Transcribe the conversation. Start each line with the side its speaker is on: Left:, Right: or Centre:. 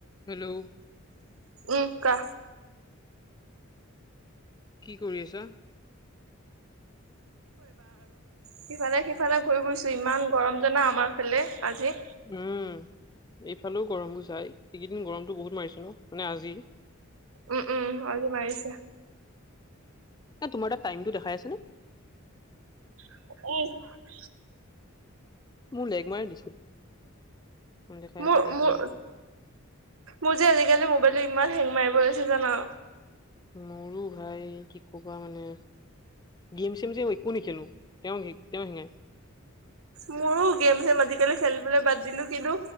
Left: Hello
Right: উ কোৱা।
Left: কি কৰি আছা?
Right: সিফালে সিফালে ঘূৰি ফুৰিছো ইমান গৰম জানা আমাৰ ফালে আজি।
Left: উম। এইফালেও গৰম গ চাই এইকেইদিন গৰমতো বহুত মাৰিছে ন মানে আজি।
Right: উম উম আজি মাৰিছে।
Left: তাত তোমাৰ তাত টাইমটো দেখাই আছে নে?
Right: <unintelligible>
Left: মোৰ লেগ মাৰি দিছে। অ', দেখাই
Right: মোৰ-মোৰ,
Left: আছে ঠিকে আছে।
Right: মোৰ যে আজিকালি মবাইলটো ই ইমান হেং মাৰিব লৈছে জানা।
Left: মোৰো ভাই, কি ক'বা মানে। গেম চেম যেই একো নেখেলো, তেওঁ তেওঁ শিঙাই
Right: মোৰো গেম চম আজিকালি খেলিবলৈ বাদ দিলো কিন্তু